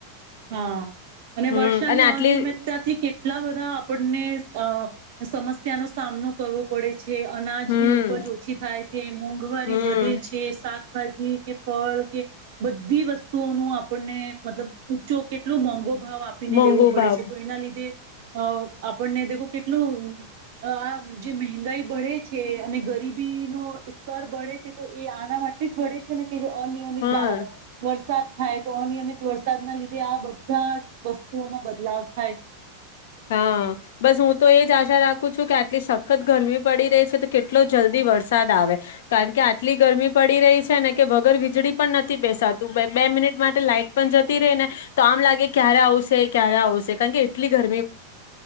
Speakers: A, on the right; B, on the left.
A: હા, અને
B: હમ
A: વર્ષાની
B: અને આટલી
A: અનિયમિતતાથી કેટલા બધા બધા આપણને અ સમસ્યા ન સામનો કરવો પડે છે અનાજની
B: હમ
A: ઉપજ ઓછી થાય છે મોંઘવારી
B: હમ
A: વધે છે શાક શાકભાજી કે ફળ કે, બધી વસ્તુઓનું આપણને મતલબ જો કેટલુ મોંઘો ભાવ આપીને
B: મોંઘો
A: લેવો પડે
B: ભાવ
A: છે તો એના લીધે અ આપણને દેખો કેટલું આ જે મહેંગાઈ બળે છે અને ગરીબી નો સ્તર બળે છે તો એ આના માટે જ બળે છે ને. કે જે અનિયમિત
B: હા
A: વા વર્ષ વરસાદ થાય તો અનિયમિત વરસાદના લીધે જે આ બધા વસ્તુઓમાં બદલાવ થાય છે.
B: હા, બસ હું તો એ જ આશા રાખું છું કે આટલી સખત ગરમી પડી રહી છે તો કેટલો જલ્દી વરસાદ આવે, કારણ કે આટલી ગરમી પડી રહી છે ને કે વગર વીજળી પણ નથી બેસાતું બે મિનિટ માટે લાાઈટ પણ જતી રહે ને, તો આમ લાગે ક્યારે આવશે ક્યારે આવશે, કારણ કે એટલી ગર